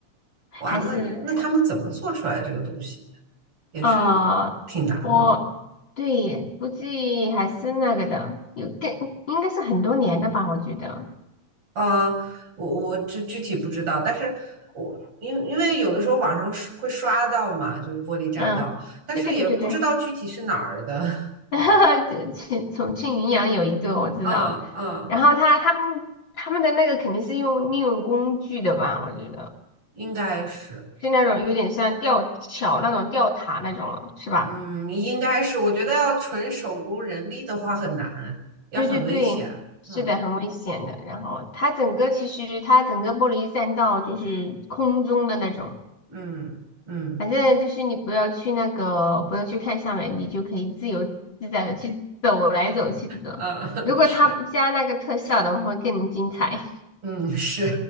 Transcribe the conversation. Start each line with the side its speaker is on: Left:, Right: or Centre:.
Left: 还是
Right: 哇，那那他们怎么做出来这个东西？也是嗯挺难的。
Left: 呃，我对，估计还是那个的，有更应该是很多年的吧，我觉得，
Right: 啊。我我这具体不知道，但是我因为因为有的时候网上刷会刷到嘛，就是玻璃栈道，
Left: 嗯，
Right: 但是也不知道具体是哪儿的。
Left: 对对对对对。
Right: <laughs>
Left: <laughs> 哈，哈，重庆云阳有一个我知道，
Right: 嗯嗯，
Left: 然后他他们他们的那个肯定是用利用工具的吧，我觉得
Right: 应该是。
Left: 是那种有点像吊桥那种吊塔那种了，是吧？
Right: 嗯，应该是，我觉得要纯手工人力的话很难，也很危险。
Left: 对对对，是的，
Right: 嗯
Left: 很危险的。然后它整个其实它整个玻璃栈道就是空中的那种，
Right: 嗯嗯，
Left: 反正就是你不要去那个不要去看下面，你就可以自由自在的去走来走去这种。
Right: 呃，
Left: 如果它不加那个特效的话，
Right: <laughs> 是，
Left: 会更精彩。<laughs>
Right: 嗯是，